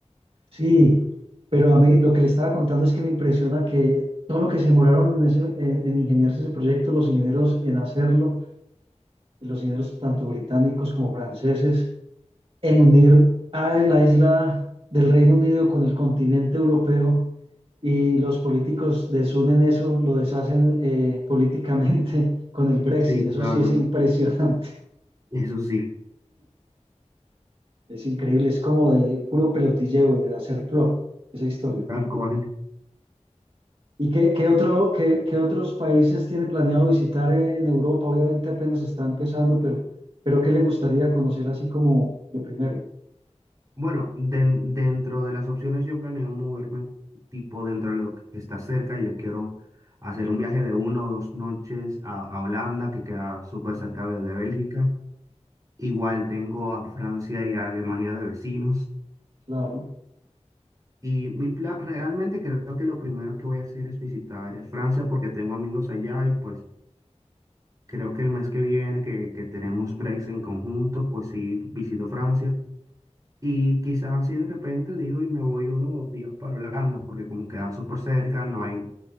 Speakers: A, on the right; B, on the right.
A: Sí, pero a mí lo que le estaba contando es que me impresiona que todo lo que se demoraron en, ese, en, en ingeniarse ese proyecto, los ingenieros en hacerlo, los ingenieros tanto británicos como franceses, en unir a la isla del Reino Unido con el continente europeo y los políticos desunen eso, lo deshacen eh, políticamente <laughs> con el Brexit.
B: Sí,
A: Eso
B: claro,
A: sí es impresionante,
B: eso sí,
A: <laughs> es increíble, es como de puro pelotilleo y de hacer plot esa historia.
B: tal cual.
A: ¿Y qué, qué otro, qué, qué otros países tiene planeado visitar en Europa? Obviamente apenas está empezando, pero, pero ¿qué le gustaría conocer así como de primero?
B: Bueno, den- dentro de las opciones yo planeo moverme tipo dentro de lo que está cerca. Yo quiero hacer un viaje de una o dos noches a, a Holanda, que queda súper cerca
A: Ah,
B: de, de
A: ok,
B: Bélgica. Igual tengo a Francia y a Alemania de vecinos.
A: Claro.
B: Y mi plan, realmente creo que lo primero que voy a hacer es visitar Francia porque tengo amigos allá y pues creo que el mes que viene que, que tenemos breaks en conjunto, pues sí visito Francia. Y quizás así de repente digo y me voy unos dos días para Holanda, porque como queda súper cerca, no hay,